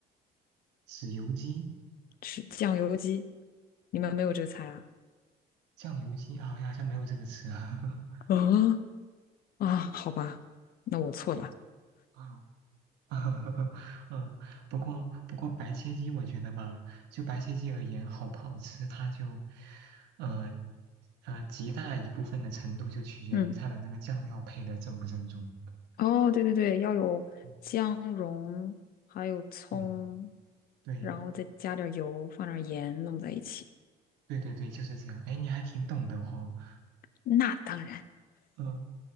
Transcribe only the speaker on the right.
豉油鸡、
酱油鸡啊，好像没有这个词啊。<laughs>
啊，<laughs> 嗯，不过不过白切鸡我觉得吧，就白切鸡而言，好不好吃，它就，呃呃，极大一部分的程度就取决于它的那个酱料配的正不正宗。
嗯，
对对
对对对，就是这样。哎，你还挺懂的哦。
嗯。